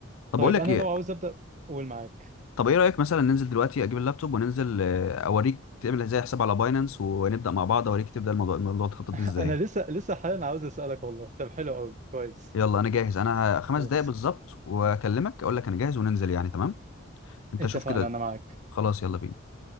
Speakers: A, on the left (about 85°); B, on the right (about 40°).
A: طب
B: طيب
A: اقول لك
B: انا
A: ايه
B: لو عاوز ابدا قول معاك
A: طب ايه رايك مثلا ننزل دلوقتي اجيب اللابتوب وننزل آه، اوريك تعمل ازاي حساب على باينانس ونبدا مع بعض اوريك تبدا الموضوع الموضوع تخطط
B: <laughs>
A: ازاي
B: انا لسه لسه حاليا عاوز اسالك والله طب حلو قوي كويس
A: يلا انا جاهز انا ه- خمس
B: خلاص
A: دقايق بالظبط واكلمك اقول لك انا جاهز وننزل يعني تمام انت
B: اتفقنا
A: شوف كده
B: انا معاك
A: خلاص يلا بينا